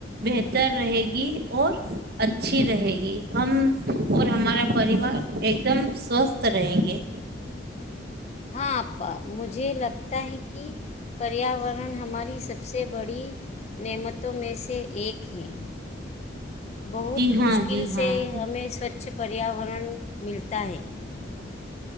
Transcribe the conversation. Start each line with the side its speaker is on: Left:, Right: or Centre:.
Right: بہتر رہے گی اور اچھی رہے گی ہم اور ہمارا پریوار ایک دم سوستھ رہیں گے
Left: ہاں اپا مجھے لگتا ہے کہ پریاورن ہماری سب سے بڑی نعمتوں میں سے ایک ہے بہت
Right: جی ہاں
Left: مشکل
Right: جی ہاں
Left: سے ہمیں سوچھ پریاورن ملتا تاائیں <unintelligible>